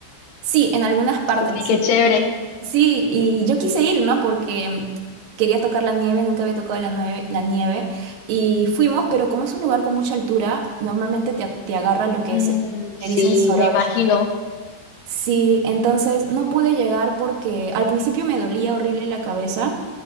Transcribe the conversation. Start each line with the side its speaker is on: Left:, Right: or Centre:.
Right: sí, en algunas partes.
Left: Uy, qué chévere.
Right: Sí, y yo quise ir, ¿no? Porque mm, quería tocar la nieve, nunca había tocado la nieve, la nieve. Y fuimos, pero como es un lugar con mucha altura, normalmente te, te agarra lo que
Left: Mm,
Right: es, el-
Left: sí,
Right: le dicen soroche.
Left: me imagino.
Right: Sí, entonces no pude llegar porque al principio me dolía horrible la cabeza